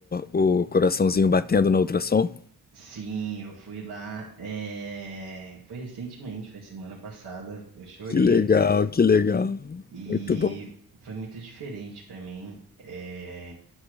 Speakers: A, on the left (about 25°); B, on the right (about 75°).
A: o, o coraçãozinho batendo na ultrassom?
B: sim, eu fui lá, é, foi recentemente, foi semana passada, eu chorei
A: Que legal,
B: até
A: que legal.
B: e
A: Muito bom.
B: foi muito diferente para mim. É,